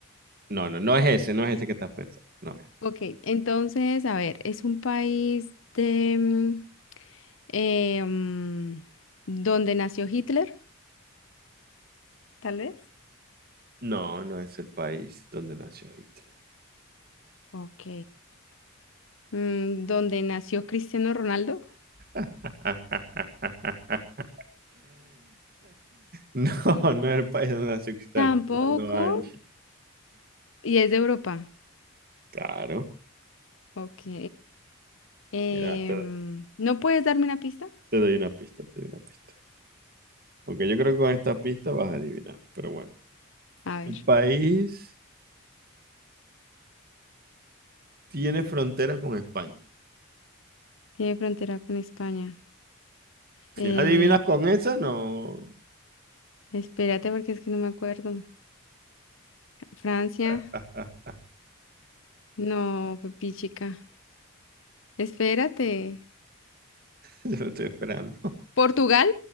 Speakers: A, on the right; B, on the left.
A: no, no, no es ese, no es ese que estás pensando, no es.
B: Ok, entonces, a ver, es un país de mm, eh, mm, donde nació Hitler, tal vez.
A: No, no es el país donde nació Hitler.
B: Ok. Mm, ¿Donde nació Cristiano Ronaldo?
A: <laughs> No, no es el país donde nació Cristiano
B: Tampoco.
A: Ronaldo. Angie.
B: Y es de Europa.
A: Claro.
B: Ok. Em,
A: Mira, te,
B: ¿no puedes darme una pista?
A: te doy una pista, te doy una pista. Aunque yo creo que con esta pista vas a adivinar. Pero bueno.
B: A ver,
A: El país tiene frontera con España.
B: tiene frontera con España.
A: Si
B: Eh,
A: no adivinas con esa, no.
B: espérate porque es que no me acuerdo. Francia,
A: <laughs>
B: no, papi chica. Espérate.
A: Yo lo estoy esperando.
B: Portugal,